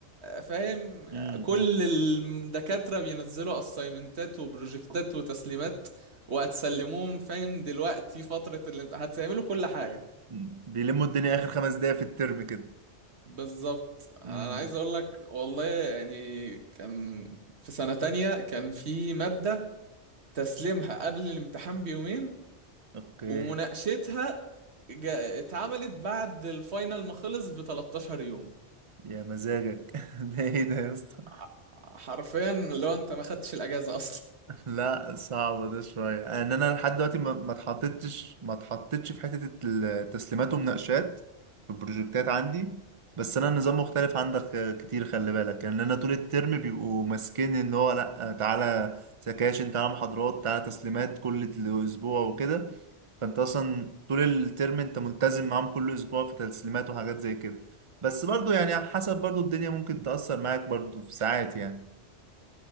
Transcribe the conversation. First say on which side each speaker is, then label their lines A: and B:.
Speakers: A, on the right; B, on the right.
A: فاهم
B: امم
A: كل الدكاترة بينزلوا اسايمنتات وبروجكتات وتسليمات وهتسلموهم فاهم دلوقتي فترة الامتحان هتعملوا كل حاجة
B: أمم. بيلموا الدنيا اخر خمس دقايق في الترم كده
A: بالظبط انا
B: امم
A: عايز اقول لك والله يعني كان في سنة تانية كان في مادة تسليمها قبل الامتحان بيومين
B: اوكي
A: ومناقشتها جا- اتعملت بعد الفاينل ما خلص ب 13 يوم
B: يا مزاجك <laughs> ده ايه ده يا اسطى
A: ع- حرفيا لو انت ما خدتش الاجازة اصلا
B: لا صعب ده شوية ان انا لحد دلوقتي ما ما اتحطتش ما اتحطتش في حتة التسليمات ومناقشات في البروجكتات عندي بس انا النظام مختلف عندك كتير خلي بالك يعني انا طول الترم بيبقوا ماسكين ان هو لا تعالى سكاشن تعالى محاضرات تعالى تسليمات كل اسبوع وكده فانت اصلا طول الترم انت ملتزم معاهم كل اسبوع في تسليمات وحاجات زي كده بس برضو يعني حسب برضو الدنيا ممكن تأثر معاك برضو في ساعات يعني